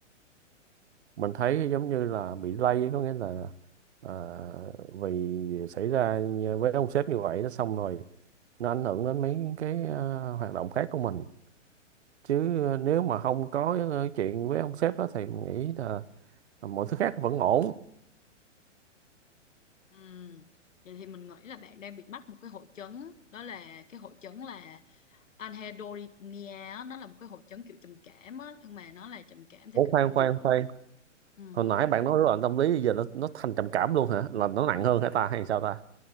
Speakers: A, on the right (about 60°); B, on the left (about 80°).
A: mình thấy giống như là bị lây có nghĩa là à, vì xảy ra với ông sếp như vậy nó xong rồi nó ảnh hưởng đến mấy cái à, hoạt động khác của mình chứ nếu mà không có cái chuyện với ông sếp đó thì mình nghĩ là mọi thứ khác vẫn ổn
B: Ừ. Vậy thì mình nghĩ là bạn đang bị mắc một cái hội chứng đó là cái hội chứng là anhedonia á, nó là một cái hội chứng kiểu trầm cảm á nhưng mà nó là trầm cảm theo
A: Ủa
B: kiểu
A: khoan
B: công việc.
A: khoan khoan
B: Ừ.
A: hồi nãy bạn nói rối loạn tâm lý giờ nó nó thành trầm cảm luôn hả là nó nặng hơn hả ta hay sao ta